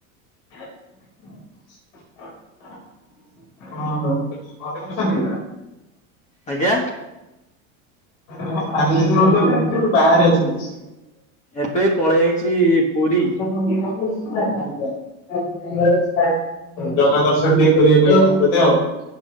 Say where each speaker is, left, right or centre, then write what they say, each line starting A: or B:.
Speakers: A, on the left (about 70°); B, on the left (about 20°).
A: <unintelligible> ହଁ, ଘରେ ଅଛନ୍ତି?
B: ଆଜ୍ଞା।
A: <unintelligible> ରହୁଚନ୍ତି ନା, ଏମିତି କୋଉଠି ବାହାରେ ଅଛନ୍ତି?
B: ଏବେ ପଳେଇ ଆଇଚି ପୁରୀ।
A: <unintelligible> ଜଗା ଦର୍ଶନ ଟିକେ କରିବାକୁ ଆଇଚନ୍ତି ବୋଧେ ଆଉ?